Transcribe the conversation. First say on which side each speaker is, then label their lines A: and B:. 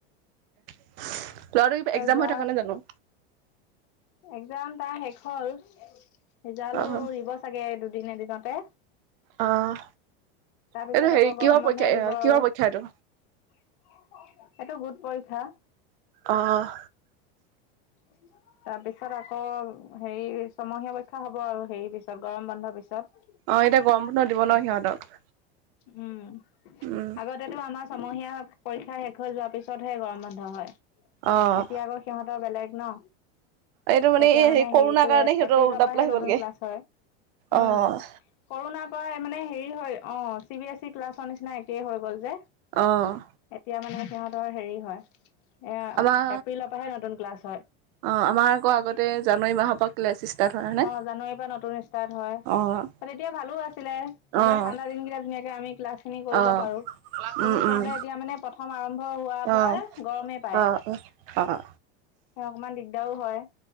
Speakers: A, on the right; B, on the left.
A: <inaudible> ল'ৰাটোৰ কিবা
B: ত
A: এক্জাম
B: যোৱা
A: হৈ থকা নাই জানোঁ।
B: এক্জাম তাৰ শেষ হ'ল, ৰিজালো
A: অ'।
B: দিব চাগে এই দুদ দিন এদিনতে।
A: অ'।
B: তাৰপিছত
A: এইটো হেৰি
B: আকৌ
A: কিহৰ
B: গৰমবন্ধ
A: পৰীক্ষা এ
B: দিব আৰু।
A: কিহৰ পৰীক্ষা এইটো?
B: <inaudible> সেইটো গোট পৰীক্ষা।
A: অ'।
B: <unintelligible> তাৰ পিছত আকৌ হেৰি ছমহীয়া পৰীক্ষা হব আৰু হেৰি পিছত, গৰম বন্ধৰ পিছত।
A: অ', এতিয়া গৰমবন্ধ দিব ন সিহঁতক।
B: উম,
A: উম।
B: আগতেটো আমা ছমহীয়া পৰীক্ষা শেষ হৈ যোৱাৰ পিছতহে গৰমবন্ধ হয়,
A: অ'।
B: এতিয়া আকৌ সিহঁতৰ বেলেগ। ন?
A: এইটো
B: এতিয়া
A: এই
B: মানে
A: হেৰি কৰোণাৰ
B: হেৰিটো
A: কাৰণে
B: এ-এপ্ৰিলৰ
A: সিহঁতৰ উল্টা
B: পৰাহে
A: পুল্টা হৈ
B: নতুন
A: গ'লগে।
B: ক্লাছ হয়। উম,
A: অ'।
B: কৰোণাৰ পৰাই মানে হেৰি হৈ অ', চি বি এছ ই ক্লাছৰ নিচিনা একেই হৈ গ'ল যে।
A: অ'।
B: এতিয়া মানে সিহঁতৰ হেৰি হয়। এয়া,
A: আমাৰ
B: এপ্ৰিলৰ পাহে নতুন ক্লাছ হয়।
A: অ', আমাৰ আকৌ আগতে জানুৱাৰী মাহৰ পৰা ক্লাছ ষ্টাৰ্ট হয় হয়নে?
B: অ', জানুৱাৰীৰ পৰা নতুন ষ্টাৰ্ট হয়।
A: অ',
B: তেতিয়া ভালো আছিলে, মানে
A: অ',
B: ঠাণ্ডা দিন কেইটা ধুনীয়াকে আমি ক্লাছ খিনি কৰিব
A: অ',
B: পাৰো। কিন্তু
A: উম, উম,
B: সিহঁতে এতিয়া মানে প্ৰথ আৰম্ভ হোৱাৰ পৰা
A: অ',
B: গৰমে পায়।
A: অ', অ',
B: অকমান দিগদ দাও হয়,